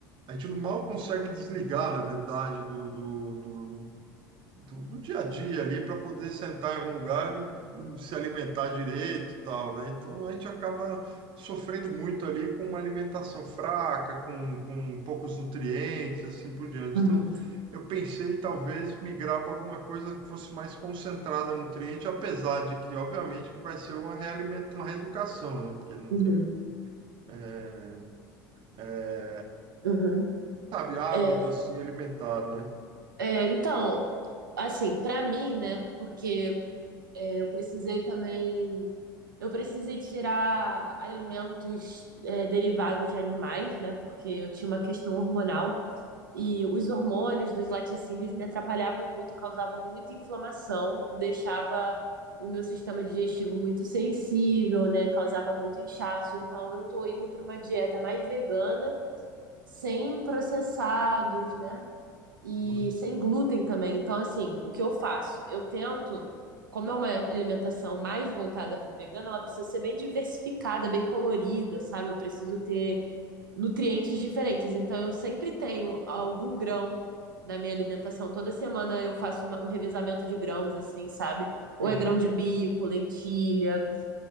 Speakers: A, on the right; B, on the right.
A: a gente não mal consegue desligar, na verdade, do, do, do do, do dia a dia ali para poder sentar em algum lugar e, e se alimentar direito e tal, né? Então a gente acaba sofrendo muito ali com uma alimentação fraca, com, com poucos nutrientes, assim por diante.
B: Uhum,
A: Então eu pensei talvez migrar para alguma coisa que fosse mais concentrada em nutriente, apesar de que, obviamente, que vai ser uma realimenta, uma reeducação, né? Porque não
B: uhum.
A: tem, é, é,
B: Uhum.
A: sabe, hábito
B: É,
A: assim alimentar, né?
B: é, então, assim, pra mim, né? Porque eu precisei também, eu precisei tirar alimentos é, derivados de animais, né? Porque eu tinha uma questão hormonal e os hormônios dos laticínios me atrapalhavam muito, causavam muita inflamação, deixava o meu sistema digestivo muito sensível, né? Causava muito inchaço. Então, eu tô indo pra uma dieta mais vegana, sem processados, né? e
A: Olha.
B: sem glúten também. Então, assim, o que eu faço? Eu tento, como é uma alimentação mais voltada para o vegano, ela precisa ser bem diversificada, bem colorida, sabe? Eu preciso ter nutrientes diferentes. Então, eu sempre tenho algum grão na minha alimentação. Toda semana eu faço uma- um revezamento de grãos, assim, sabe? Ou
A: Aham,
B: é grão de bico, lentilha,